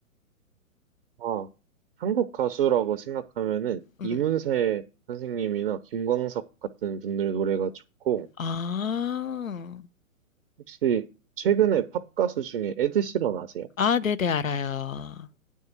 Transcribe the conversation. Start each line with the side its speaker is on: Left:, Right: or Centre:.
Right: 아, 한국 가수라고 생각하면은
Left: 음,
Right: 이문세 선생님이나 김광석 같은 분들 노래가 좋고,
Left: 아,
Right: 혹시 최근에 팝 가수 중에 에드시런 아세요?
Left: 아, 네네, 알아요.